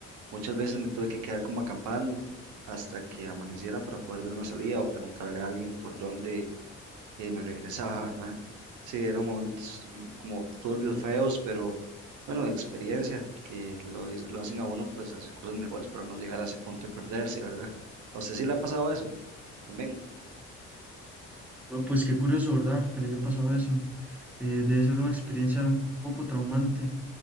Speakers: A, on the right (about 80°); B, in the centre.
A: Muchas veces me tuve que quedar como acampando hasta que amaneciera para poder ver una salida o preguntarle a alguien por dónde y me regresaba, ¿verdad? Sí, eran momentos mm, como turbios, feos, pero bueno, de experiencia, que lo, hice- lo hacen a uno pues hacer cosas mejores para no llegar a ese punto de perderse, ¿verdad? ¿A usted sí le ha pasado eso también?
B: No, pues qué curioso, ¿verdad? Que le haya pasado eso. eh, debe ser una experiencia un poco traumante.